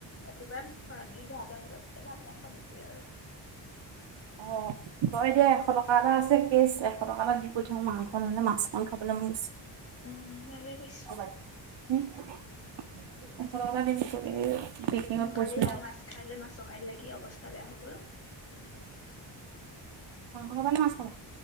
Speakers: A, on the left; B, on the right.
A: ৰাতিপুৱা দুইঘাৰটান বজাত ভাত নাই দুপৰীয়া আৰু।
B: অ। তই এতিয়া এশ টকা এটা আছে কেজ এশ টকা এটা দি পঠ থাকও মাংস নহলে মাছখন খাবলৈ মই মন গৈছে।
A: উম ভালে কৰিছ।
B: <unintelligible>
A: কালিহা
B: পৰিছিলো ন।
A: মাছ খাই লৈ মাছৰ খাই লাগি অৱস্থা বেয়া হৈ গ'ল।
B: মাংস খাব নে মাছ খাব।